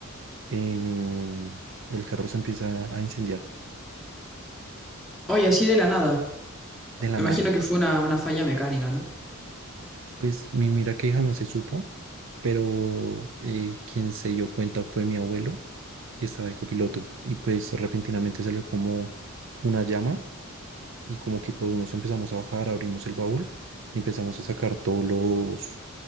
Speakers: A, on the right; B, in the centre.
A: em, el carro se empieza a incendiar
B: Oye, así de la nada.
A: de la
B: Me
A: nada.
B: imagino que fue una, una falla mecánica, ¿no?
A: Pues mi mira que jamás se supo, pero eh, quien se dio cuenta fue mi abuelo, que estaba de copiloto, y pues repentinamente salió como una llama y como que todos nos empezamos a bajar, abrimos el baúl y empezamos a sacar todos los,